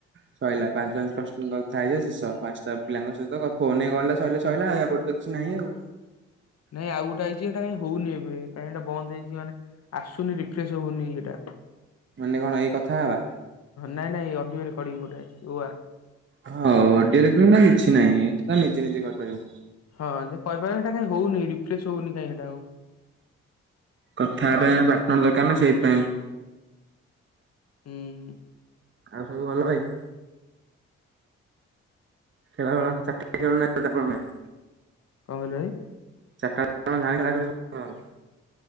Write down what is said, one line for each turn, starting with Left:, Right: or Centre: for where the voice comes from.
Right: ସଇଲା ପାଞ୍ଚ ପାଞ୍ଚ <unintelligible> କଥା ହେଇଯିବ ଶେଷ। ପାଞ୍ଚଟା ପିଲାଙ୍କ ସହିତ ଫୋନ ହେଇଗଲେ ତ ସଇଲେ ସଇଲା ୟାପରେ ତ କିଛି ନାହିଁ ଆଉ।
Left: ନାଇଁ ଆଉ ଗୋଟେ ଆଇଚି ସେ କାଇଁ ହଉନି ଏବେ କାଇଁ ସେଇଟା ବନ୍ଦ ହେଇଚି ମାନେ ଆସୁନି ରିଫ୍ରେଶ୍ ହଉନି ଇଏଟା।
Right: ମାନେ କଣ ଏଇ କଥା ହବା
Left: ନାଇଁ ନାଇଁ ଅଡିଓ ରେକଡ଼ିଂ ଗୋଟେ ଆଇଚି ଓ ଆର୍
Right: ହଁ ଅଡିଓ ରେକଡ଼ିଂଟା କିଛି ନାହିଁ ସେଟାତ ନିଜେ ନିଜେ କରି ପାରିବ।
Left: ହଁ ଯେ କରିପାରିବ ସେଟା କାଇଁ ହଉନି ରିଫ୍ରେଶ୍ ହଉନି କାଇଁ ସେଟା ଆଉ।
Right: କଥା ହେବା ପାଇଁ ପାର୍ଟନର ଦରକାର ନା ସେଇଥିପାଇଁ
Left: ହୁଁ
Right: ଆଉ ସବୁ ଭଲ ଭାଇ। ଖେଳ ବେଳ କଥା <inaudible> ଖେଳୁ ନାହାନ୍ତି ବୋଧେ ଆପଣ ଭାଇ।
Left: କଣ କହିଲ ଭାଇ?
Right: ଚାରଟା <inaudible> ତୋମ ଗାଁରେ ଖେଳା ଖେଳି କରୁନାହାନ୍ତି।